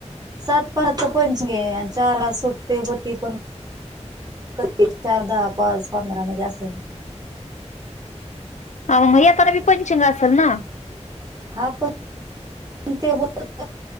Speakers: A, on the right (about 35°); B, on the left (about 85°).
A: सात पाचा पंचमी आहे. आणि चार सुट्टे होती पण, कधी चार, दहा, पाच, पंधरा म्हणजे अस
B: मग आताला बी पंचिंग असेल ना
A: हा पण <inaudible> ते होत